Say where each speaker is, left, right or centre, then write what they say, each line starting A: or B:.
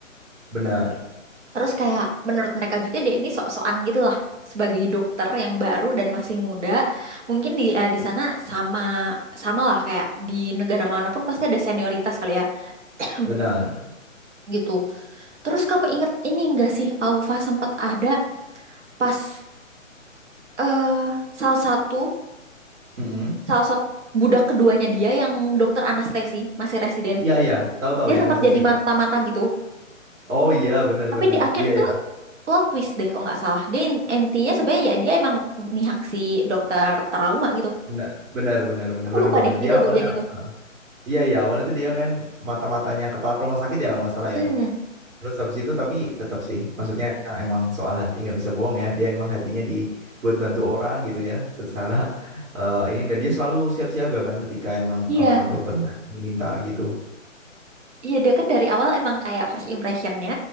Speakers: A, on the right (about 80°); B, on the right (about 60°).
A: benar,
B: Terus kayak menurut mereka juga dia ini sok-sokan gitu lah sebagai dokter yang baru dan masih muda. Mungkin di eh, di sana sama sama lah kayak di negara manapun pasti ada senioritas kali ya <clears throat>
A: benar.
B: gitu. Terus kamu inget ini enggak sih Aufa sempat ada pas eh salah satu
A: Mm-mm.
B: salah satu budak keduanya dia yang dokter anestesi masih residen
A: Iya iya, tahu-tahu
B: dia
A: yang
B: sempat
A: anestesi
B: jadi
A: ya.
B: mata-mata gitu
A: Oh iya, benar-benar.
B: tapi di akhir
A: Iya
B: tuh
A: iya,
B: plot twist deh kalau nggak salah dia in- intinya sebenarnya ya dia emang mihak si dokter trauma gitu
A: benar benar benar benar
B: aku
A: benar
B: lupa
A: banget.
B: deh
A: Dia
B: itu
A: awalnya
B: bagian itu
A: ah, Iya iya, awalnya tuh dia kan mata-matanya kepala rumah sakit ya kalau nggak salah
B: Mm,
A: ya. Terus habis itu tapi tetap sih, maksudnya ya, emang soal hati nggak bisa bohong ya. Dia emang hatinya dibuat bantu orang gitu ya, secara eh, ini dan dia selalu siap siaga kan ketika emang
B: iya
A: eh, dokter banyak diminta gitu.
B: iya dia kan dari awal emang kayak first impressionnya